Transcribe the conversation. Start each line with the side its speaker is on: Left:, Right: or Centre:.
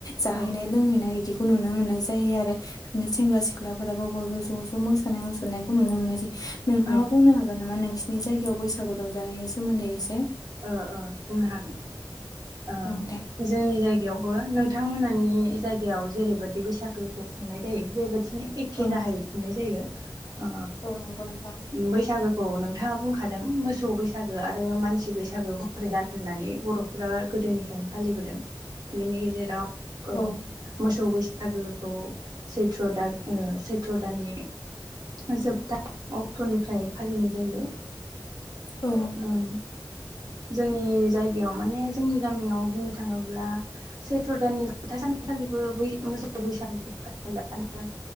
Left: जाहैनाय
Right: औ
Left: - लोंहैनाय इदिखौ नुनो मोननाय जायो आरो बिदिनो सेंग्रा -सिख्लाफोराबो बयबो ज' ज' मोसानाय मुसुरनायखौ नुनो मोननाय जायो नोंथाङा
Right: औ ओ
Left: बुंनो हागोन नामा नोंसिनि जायगायाव बैसा- बैसागु रंजानायनि सोमोन्दै एसे
Right: ओ ओबुंनो हागोन ओ
Left: औ दे
Right: जोंनि जाय- गायावबो नोंथां मोनानि जायगायाव जेरैबायदि बैसागो खुंनाय जायो बेबायदिनो एखे
Left: औ
Right: राहायै खुंनाय जायो अ
Left: औ नंगौ नोंथां
Right: बैसागोखौ नों- थाङा बुंखादों मोसौ बैसागो आरो मानसि बैसा- गो महरै रानो होननानै बर'फोरा गोदोनिफ्रायनो फालिबोदों बेनि गेजेराव अ
Left: औ
Right: मोसौ बैसा- गोखौ सैथ्र दान ओ सैथ्र दाननि जोबथा अक्ट'निफ्राय फालिनाय जायो
Left: औ
Right: ओं जोंनि जायगायाव माने जोंनि गामियाव बुंनो थाङोब्ला सैथ्र' दाननि जोबथा सानखालिबो बै मोसौ बैसागुखौ फालियो आरो